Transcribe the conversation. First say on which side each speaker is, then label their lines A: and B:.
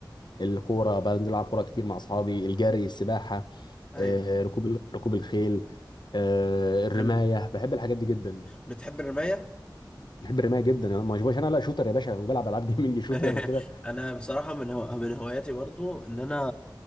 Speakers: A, on the left; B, on the left.
A: الكوره بنزل العب كوره كتير مع اصحابي الجري السباحه
B: ايوه
A: آه، ركوب ال- ركوب الخيل آه، الرمايه
B: حلو
A: بحب الحاجات دي جدا
B: بتحب الرماية
A: بحب الرمايه جدا أنا ما باشبهش انا لا شوتر يا باشا وبلعب العاب جيمنج شوتر
B: <laughs>
A: وكده
B: انا بصراحة من هو... من هواياتي برضو ان انا